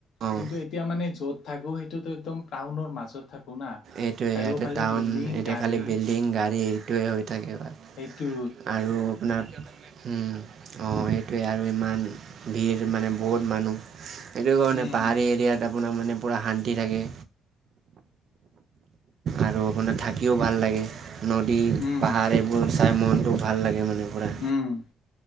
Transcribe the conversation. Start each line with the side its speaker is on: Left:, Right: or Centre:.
Right: অঁ
Left: কিন্তু এতিয়া মানে য'ত থাকো সেইটো একদম প্ৰাউনৰ মাজত থাকো। না
Right: এইটোৱে,
Left: চাৰিওফালে
Right: ইয়াতে টাউন
Left: বিল্ডিং
Right: ইয়াতে
Left: গাড়ী
Right: খালি বিল্ডিং গাড়ী এইটোৱে হৈ থাকে বা।
Left: সেইটো।
Right: আৰু আপোনাৰ, হুম। অঁ' সেইটোৱে, আৰু ইমান ভিৰ মানে বহুত মানুহ সেইটো কাৰণে
Left: উম
Right: পাহাৰী এৰিয়াত- আপোনাৰ মানে পূৰা শান্তি থাকে। আৰু মানে থাকিও ভাল লাগে, নদী,
Left: উম
Right: পাহাৰ এইবোৰ চাই মনটো ভাল লাগে মানে পুৰা।
Left: উমঁ।